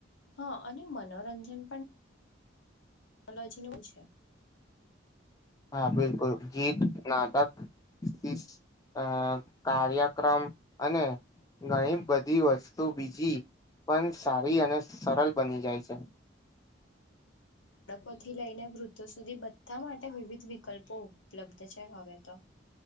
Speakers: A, on the left; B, on the left.
A: હ અને મનોરંજન <unintelligible> છે.
B: હા બિલકુલ ગીત. <unintelligible> કાર્યક્રમ અને. ઘણી બધી વસ્તુ બીજી પણ સારી અને સરળ બની જાય છે.
A: બાળકોથી લઈને વૃદ્ધો સુધી બધા માટે વિવિધ વિકલ્પો ઉપલબ્ધ છે, હવે તો.